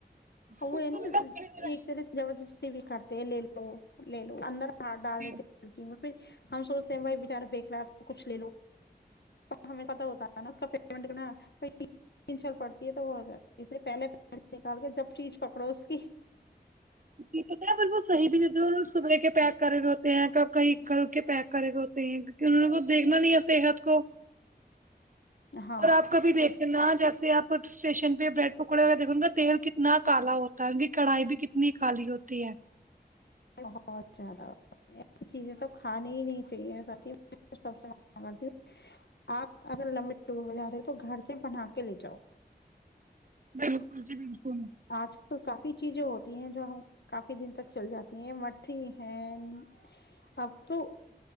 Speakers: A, on the right; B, on the left.
A: اس
B: ا ہے نہیں
A: کو لگا فری دے رہا
B: ایک طرح سے زبر جست بھی کرتے لے لو لے لو اندر س ڈال
A: ہے
B: دیتے کڑی میں ہم سوچتے ہیں بھائی بیچارا پھییک رہا تھا کچھ لے لو ہمیں پت ہوتا ہے نا اس کا پیمنٹ تین سال پڑتی ہے تو وہ ہو جاتا ہے اس سے پہلے نکال کے جب فریج پکڑو اس کی
A: ج پت ہے ب وہ صح بھی نہیں صبح کے پیک کرے ہوئے ہوتے ہیں کب کہیں اک ا کے پیک کرے ہوئے ہوتے ہیں کیکہ انہوں کو دیکھنا نہیں ہے صحت کو
B: ہاں
A: اور آپ کبھی دیکھ نہ جا جے آپ اسٹیشن پہ بریڈ پکوڑے وغیرہ دیکھ کا تیل کتنا کالا ہوتا ہے ان کی کڑھائی بھی کتنی کالی ہوتی ہے
B: بہت زیادہ ایسی چیزیں تو کھانانی ہی نہیں چاہیے س سب سے کرتی ہ آپ اگر لمبے ٹور پہ جا رہے ہو تو گھر سے بنا کے لے جاؤ
A: بالکل جی بالکل
B: آج کل کافی چیزیں ہوتی ہیں جو ہم کافی دن تک چل جاتی ہیں مٹھی ہیں اب تو